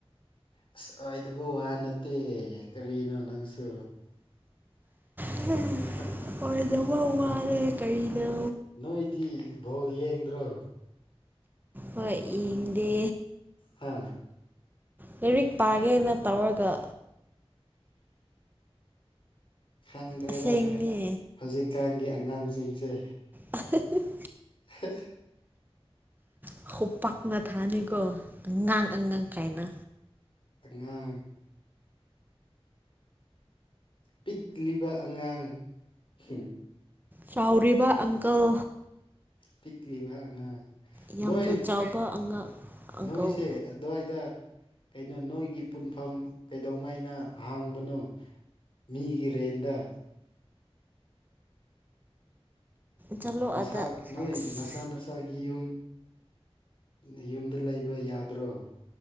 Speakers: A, on the left; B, on the right.
A: ꯑꯁ ꯑꯣꯏꯗꯕꯨ ꯋꯥ ꯅꯠꯇꯦ ꯀꯔꯤꯅꯣ ꯅꯪꯁꯨ
B: ꯎꯝ <unintelligible>
A: ꯍꯥ <unintelligible>
B: ꯑꯣꯏꯗꯕ ꯋꯥꯅꯦ ꯀꯔꯤꯅꯣ
A: ꯅꯣꯏꯗꯤ ꯚꯣꯜ ꯌꯦꯡꯗ꯭ꯔꯣ
B: ꯍꯣꯏ ꯌꯦꯡꯗꯦ
A: ꯍꯥ
B: ꯂꯥꯏꯔꯤꯛ ꯄꯥꯒꯦꯅ ꯇꯧꯔꯒ
A: ꯈꯪꯗ꯭ꯔꯦꯗ
B: ꯑꯁꯦꯡꯅꯦ
A: ꯍꯧꯖꯤꯛꯀꯥꯟꯒꯤ ꯑꯉꯥꯡꯁꯤꯡꯁꯦ
B: ꯑ <unintelligible>
A: ꯍ <unintelligible>
B: ꯍ ꯈꯨꯄꯥꯛꯅ ꯊꯥꯅꯤꯀꯣ ꯑꯉꯥꯡ ꯑꯉꯥꯡ ꯀꯥꯏꯅ
A: ꯑꯉꯥꯡ ꯄꯤꯛꯂꯤꯕ ꯑꯉꯥꯡ <unintelligible>
B: ꯆꯥꯎꯔꯤꯕ ꯑꯪꯀꯜ
A: ꯄꯤꯛꯂꯤꯕ ꯑꯉꯥꯡ
B: ꯌꯥꯝꯅ
A: ꯅꯣꯏ
B: ꯆꯥꯎꯕ ꯑꯉꯥꯡ ꯑꯪꯀꯜ
A: ꯅꯣꯏꯁꯦ ꯑꯥꯗꯋꯥꯏꯗ ꯀꯩꯅꯣ ꯅꯣꯏꯒꯤ ꯄꯨꯟꯐꯝ ꯀꯩꯗꯧꯉꯩꯅ ꯍꯥꯡꯕꯅꯣ ꯃꯤꯒꯤ ꯔꯦꯟꯗ
B: ꯆꯠꯂꯣ
A: ꯅꯁꯥ
B: ꯑꯗ
A: ꯅꯣꯏꯒꯤ
B: ꯑꯁ
A: ꯅꯁꯥ ꯅꯁꯥ ꯁꯥꯒꯤ ꯌꯨꯝ ꯅꯌꯨꯝꯗ ꯂꯩꯕ ꯌꯥꯗ꯭ꯔꯣ